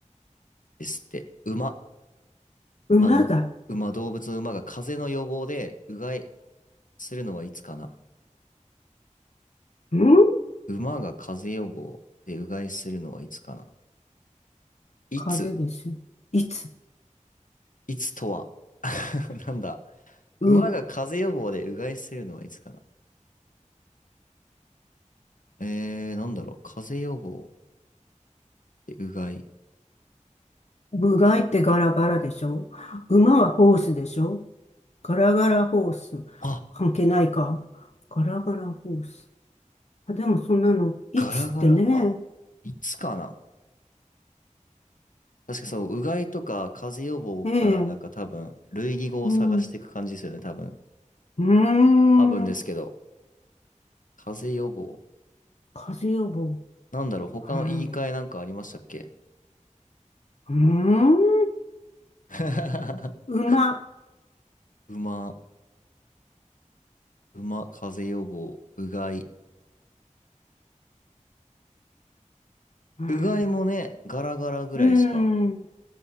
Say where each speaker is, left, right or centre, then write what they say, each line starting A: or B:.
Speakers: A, on the left (about 85°); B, on the left (about 55°).
A: ですって。馬。
B: 馬が。
A: あの、馬、動物の馬が風邪の予防で、うがいするのはいつかな
B: ん
A: 馬が風邪予防でうがいするのはいつかないつ
B: 風でしょいつ
A: いつとは <laughs> なんだ
B: う、
A: 馬が風邪予防でうがいするのはいつかなえー、なんだろう風邪予防でうがい。
B: 部外ってガラガラでしょ馬はホースでしょガラガラホース。
A: あ、
B: 関係ないか。ガラガラホース。あ、でもそんなの、いつってね。
A: ガラガラ。あ、いつかな確かそう、うがいとか風邪予防からなんか多分、
B: ええ。
A: 類義語を探していく感じですよね、
B: うん。う
A: 多分。
B: ーん。
A: 多分ですけど、風邪予防。
B: 風邪予防。
A: なんだろう他の言い換えなんかありましたっけ
B: はあうーん、
A: <laughs>
B: 馬。
A: 馬、馬、風邪予防、うがい。
B: うーん、
A: うがいもね、ガラガラぐらいしか。
B: うーん